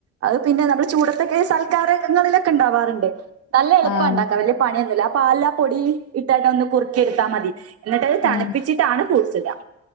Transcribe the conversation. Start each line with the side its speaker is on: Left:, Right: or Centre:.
Right: അത് പിന്നെ നമ്മള് ചൂടത്തൊക്കെ സൽക്കാരങ്ങളിലൊക്കെ ഇണ്ടാവാറുണ്ട് നല്ല എളുപ്പം
Left: ആഹ് ആഹ് ആഹ്
Right: ഇണ്ടാക്കാം വല്യ പണിയൊന്നു ഇല്ല ആ പാലിലാ പൊടി ഇട്ടായിട്ട് ഒന്ന് കുറുക്കി എടുത്താ മതി എന്നിട്ട് അത് തണുപ്പിച്ചിട്ടാണ്
Left: ആഹ്
Right: ഫ്രൂട്ട്സ് ഇടാ